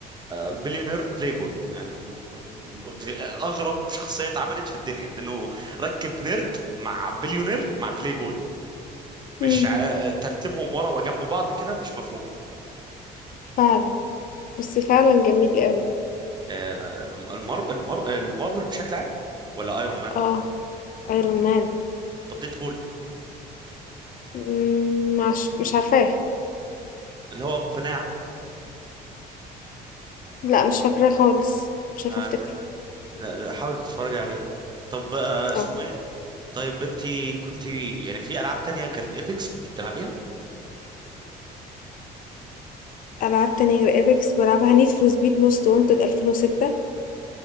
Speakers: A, on the right; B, on the left.
A: بليونير بلاي بوي يعني ب- ب- اغرب شخصيه اتعملت في الدنيا لانه ركب نيرد مع بليونير مع بلاي بوي مش
B: إمم،
A: ع- ترتيبهم ورا وجنب بعض كده مش مفهوم
B: فعلًا، بس فعلًا جميل أوي.
A: آه، المر... المر... المارفل بشكل عام ولا ايرون مان
B: آه، Iron Man.
A: طب ديدبول
B: إمم، مش مش عارفاه،
A: اللي هو ابو قناع
B: لأ مش فاكراه خالص، مش
A: آه،
B: عارفة أفتكره.
A: انت لا، حاول تتفرج عليه طب آه، اسمه
B: آه.
A: ايه طيب انت كنت يعني في العاب تانية غير ايبكس كنت بتلعبيها
B: ألعاب تانية غير ايبكس بلعبها نيد فور سبيد موست وانتد 2006